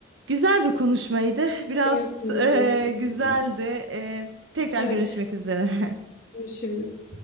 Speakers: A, on the right; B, on the left.
A: Güzel bir konuşmaydı. <laughs> Biraz
B: Benim için de
A: e,
B: aynı şekilde.
A: güzeldi. E, tekrar
B: Evet,
A: görüşmek üzere. <laughs>
B: görüşürüz.